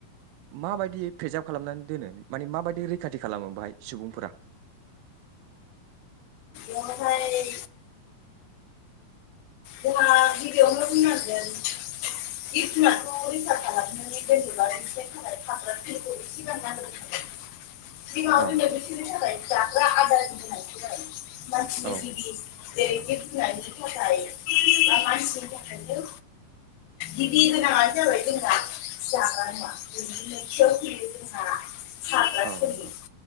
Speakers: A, on the right (about 85°); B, on the left (about 90°).
A: माबायदि प्रेेजार्भ खालामनानै दोनो माने माबायदि रैखाथि खालामो बाहाय सुबुंफोरा? <inaudible>
B: दानोहाय जोंहा गिबियावनो बुंनांगोन जिब-जुनारखौ रैखा खालामनानै दोन्नोबा जेनेबा सांग्रांथि दिन्थिलांनांगोन। सिगाङाव
A: अ
B: दिनै बिसिनि थाखाय जाग्रा आदारनि गोनांथि जायो मानसिनि
A: औ
B: गिबि जेरै जिब-जुनारनि थाखाय बा मानसिनि थाखायबो गिबि गोनाङानो जाबाय जोंहा जाग्रा मुवा बिनि नैथियाव फैयो जोंहा थाग्रा
A: औ
B: खुलि
A: नंगौ